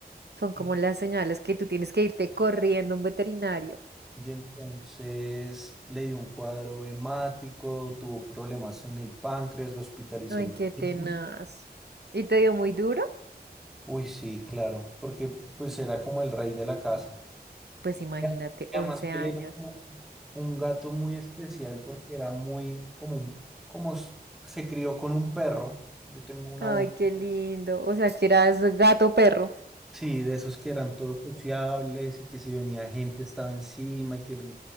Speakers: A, on the right; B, in the centre.
A: Son
B: Y,
A: como las señales que tú tienes que irte corriendo a un veterinario.
B: y entonces le dio un cuadro hemático, tuvo problemas en el páncreas, lo hospitalicé
A: Ay,
B: el...
A: qué tenaz.
B: domingo.
A: ¿Y te dio muy duro?
B: Uy, sí, claro, porque pues era como el rey de la casa.
A: Pues imagínate,
B: Ya, y
A: 11
B: Además
A: años.
B: que él era como Un gato muy especial porque era muy común. Como s- se crió con un perro, yo tengo una
A: Ay,
B: burra.
A: qué lindo. O sea, que eras gato perro.
B: Sí, de esos que eran todos sociables y que si venía gente estaba encima y que le